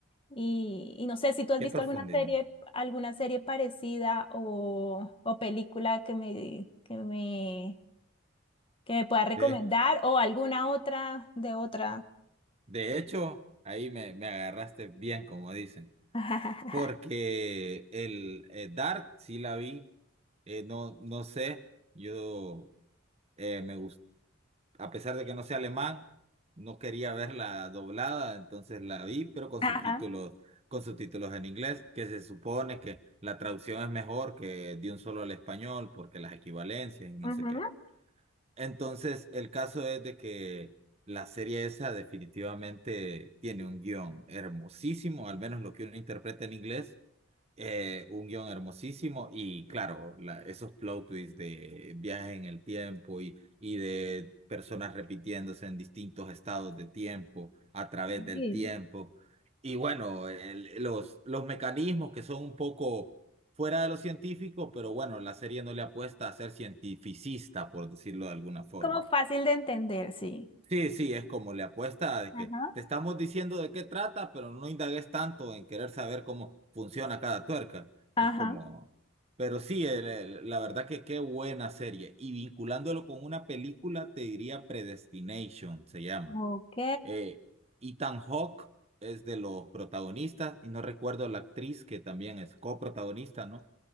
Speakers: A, on the left; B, on the right.
A: Y, y no sé si tú has
B: qué
A: visto
B: profundidad.
A: alguna serie, alguna serie parecida o, o película que me, que me, que me pueda recomendar
B: De,
A: o alguna otra de otra.
B: de hecho, ahí me, me agarraste bien, como dicen,
A: <laughs>
B: porque el eh, Dark sí la vi, eh, no, no sé, yo eh, me gust- a pesar de que no sé alemán, no quería verla doblada, entonces la vi, pero con
A: Ajá,
B: subtítulos, con subtítulos en inglés, que se supone que la traducción es mejor que de un solo al español, porque las equivalencias y no
A: ujú.
B: sé qué. Entonces, el caso es de que la serie esa definitivamente tiene un guión hermosísimo, al menos lo que uno interpreta en inglés. Eh, un guión hermosísimo y claro, la- esos plot twists de viajes en el tiempo y, y de personas repitiéndose en distintos estados de tiempo, a través del
A: Sí.
B: tiempo. Y bueno, el- los, los mecanismos que son un poco fuera de lo científico, pero bueno, la serie no le apuesta a ser cientificista, por decirlo de alguna forma.
A: Como fácil de entender, sí.
B: Sí, sí, es como le apuesta de que
A: Ajá.
B: te estamos diciendo de qué trata, pero no indagues tanto en querer saber cómo funciona cada tuerca.
A: Ajá.
B: Es como, pero sí, el- el- la verdad que qué buena serie. Y vinculándolo con una película, te diría Predestination, se llama.
A: Ok.
B: Eh, Ethan Hawke es de los protagonistas y no recuerdo la actriz que también es coprotagonista, ¿no?